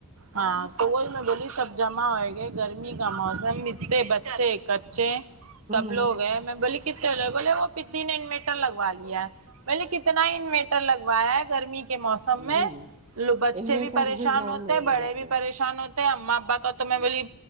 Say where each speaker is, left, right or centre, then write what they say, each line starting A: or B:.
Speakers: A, on the right (about 70°); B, on the right (about 30°).
A: ہاں تو وہی میں بولی سب جمع ہوئے گئے گرمی کا موسم متے بچے کچے سب
B: ہوں
A: لوگ ہیں میں بولی کتنے ل بولے وہ پدی نے انویٹر لگوا لیا پہلے کتنا انویٹر لگوایا ہے گرمی کے موسم
B: ہوں
A: میں لب <unintelligible>
B: انویٹر
A: بچے بھی پریشان
B: ڈاؤن
A: ہوتے
B: ہو
A: ہیں بڑے
B: جاتا
A: بھی پریشان ہوتے اماں ابا کا تو میں بولی